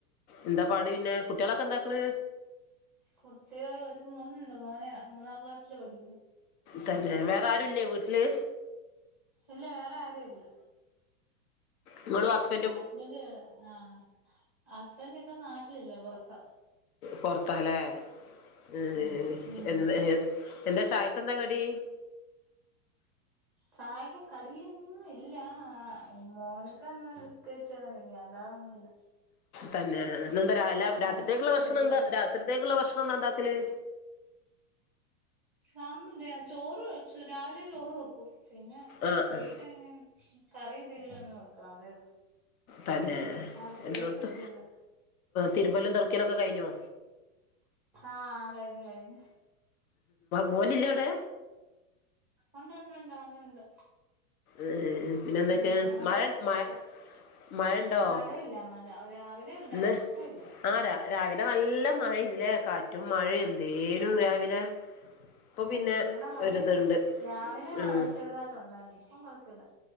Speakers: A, on the left; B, in the centre.
A: എന്ത പാട് പിന്നെ കുട്ട്യേളൊക്കെന്താക്ണ്
B: കുട്ടി ഒരു മോനുണ്ട് മോന മൂന്നാം ക്ലാസ്സില് പഠിക്കുന്നു
A: തന്നെ വേറാരുല്ലേ വീട്ട്ല്
B: ഇല്ല വേറാരുല്ല
A: നിങ്ങളും ഹസ്
B: ഹസ്ബൻഡവടെ ആ ഹസ്ബന്റ്പ്പൊ നാട്ടിലില്ല പുറത്ത
A: പൊറത്തല്ലേ എ
B: ഉം ഉം
A: എന്ന എന്ത ചായ <unintelligible> എന്താ കറി
B: ചായക്ക് കടിയൊന്നും ഇല്ലാ മോൻക്കന്ന് കേയറ്റന്നില്ല അല്ലാതൊന്നുല്ല
A: തന്നെ ന്നന്താ രാവ്‌ല
B: അവൻ
A: രാത്രിത്തേക്കുള്ള
B: ബിസ്കറ്റ്
A: ഭക്ഷണന്താ
B: കഴിക്കും
A: രാത്രിത്തേക്ക്ള്ള ഭക്ഷണന്താ ണ്ടാക്കല്
B: <unintelligible> ചോറ് വെച്ചു രാവിലെ ചോറ് വെ ക്കും പിന്നെ
A: ആഹ്
B: വൈട്ടങ്ങെ
A: ആഹ്
B: കറി എന്തെങ്കിലും ഒന്ന് വെക്കണം അതേ
A: തന്നെ
B: അല്ലാതെ പ്രത്യേകിച്ചൊന്നുല്ല
A: എല്ലോട്ത്ത് തിരുമ്പല്ലും തൊടക്കലൊക്കെ കഴിഞ്ഞോ
B: ആഹ് കഴിഞ്ഞ് കഴിഞ്ഞ്
A: മോനില്ല വിടെ
B: ഉണ്ട് ഉണ്ട് ഉണ്ട് അവനുണ്ട്
A: ഏഹ് പിന്നെന്താക്കെ
B: ഉം അവനവിടെ
A: മഴ
B: അപ്പറത്ത്
A: മഴ മഴണ്ടോ
B: മഴയില്ല മഴ രാവിലെ ഉണ്ടായിരുന്നു
A: ഇന്ന്
B: ഇപ്പ ഇല്ല
A: ആഹ് രാവിലെ നല്ല മഴ ലേ കാറ്റും മഴ എന്തേനും രാവിലെ ഇപ്പൊ
B: ഉമ്
A: പിന്നെ
B: ഇവിടെ മഴ
A: ഒരിതുണ്ട്
B: രാവിലെ
A: ഉം
B: ചെറുതായിട്ട് ഉണ്ടായിരുന്നു ഇപ്പം കുഴപ്പല്ല